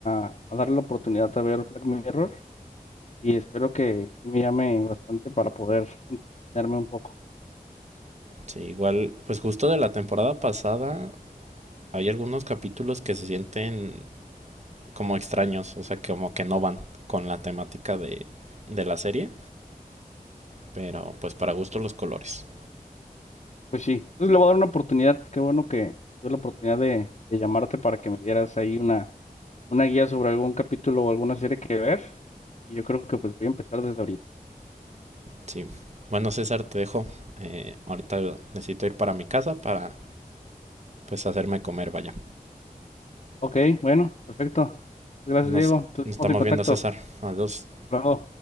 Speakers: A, on the left (about 50°); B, on the right (about 50°).
A: a, a darle la oportunidad a ver Black Mirror y espero que sí me llame bastante para poder entenderme un poco.
B: Sí, igual, pues justo de la temporada pasada hay algunos capítulos que se sienten como extraños, o sea, como que no van con la temática de, de la serie, pero pues para gusto los colores.
A: Pues sí, entonces le voy a dar una oportunidad, qué bueno que tuve la oportunidad de, de llamarte para que me dieras ahí una una guía sobre algún capítulo o alguna serie que ver. Y yo creo que pues voy a empezar desde ahorita.
B: Sí, bueno César, te dejo. Eh, ahorita necesito ir para mi casa para pues hacerme comer, vaya.
A: Ok, bueno, perfecto. Gracias,
B: Nos,
A: Diego. Entonces
B: nos
A: estamos
B: estamos
A: en contacto.
B: viendo César. Adiós.
A: Bravo.